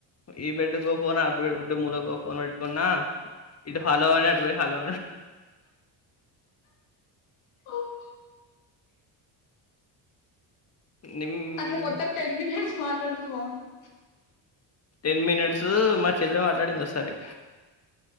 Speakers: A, on the left; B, on the left.
A: ఈ బెడ్ కు ఒక ఫోన్ ఆ బెడ్ మూలక ఒక ఫోన్ పెట్టుకున్నా ఇటు హలో అనే అటు హలో
B: అమ్మో.
A: నిమ్
B: అట్లా మొత్తం టెన్ మినిట్స్ మాట్లాడుతే బాగుండు
A: టెన్ మినిట్స్ మా చెల్లె మాట్లాడింది ఒకసారి